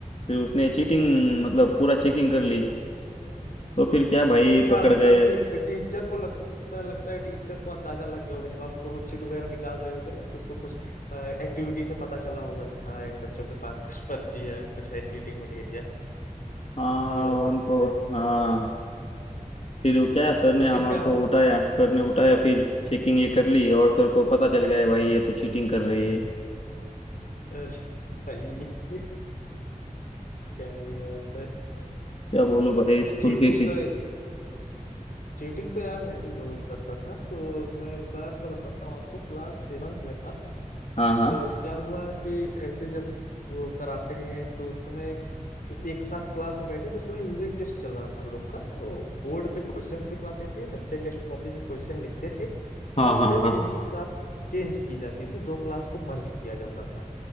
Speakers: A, on the left (about 45°); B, on the left (about 85°).
A: फिर उसने चीटिंग मतलब पूरा चेकिंग कर ली तो फिर क्या भाई
B: अच्छा
A: पकड़
B: मतलब
A: गए
B: टी, टीचर को लगता है लगता है टीचर को अंदाजा लग गया होगा जब आप लोग चिट वगैरह निकाल रहे होगे ना तो उसको कुछ एक्टिविटी से पता चला होगा कि हाँ इन बच्चों के पास कुछ पर्ची है कुछ है चीटिंग मटेरियल
A: हाँ
B: ये हो सकता
A: उनको
B: है
A: हाँ फिर वो क्या
B: हाँ,
A: सर
B: तो
A: ने
B: फिर
A: हमारे
B: क्या
A: को
B: हो
A: उठाया सर ने उठाया फिर चेकिंग ये कर ली और सर को पता चल गया भाई ये तो चीटिंग कर रही है
B: अरे भाई, क्या ही बात है
A: क्या बोलूं भाई
B: अच्छा चीटिंग
A: स्कूल के किस
B: तो चीटिंग तो यार मैं भी बहुत करता था तो मैं एक बार का बताता हूँ आपको क्लास सेवन्थ में था
A: हाँ हाँ
B: तो क्या हुआ कि ऐसे जब वो कराते हैं तो उस समय तो एक साथ क्लास में बैठे तो उस समय यूनिट टेस्ट चल रहा था हम लोग का तो बोर्ड पे क्वेश्चन लिखवाते थे बच्चे टेस्ट कॉपी में क्वेश्चन लिखते थे
A: हाँ हाँ
B: फिर
A: हाँ
B: उनकी क्लास चेंज की जाती थी दो क्लास को मर्ज किया जाता था